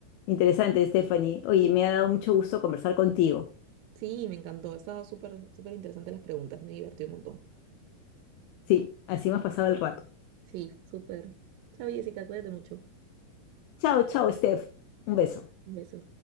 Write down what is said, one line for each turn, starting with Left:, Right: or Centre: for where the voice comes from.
Left: interesante, Stephanie. Oye, me ha dado mucho gusto conversar contigo.
Right: sí, me encantó. Estaba súper, súper interesante las preguntas, me divertí un montón.
Left: Sí, así hemos pasado el rato.
Right: Sí, súper. Chao, Jessica, cuídate mucho.
Left: Chao, chao, Steph. Un beso.
Right: Un beso.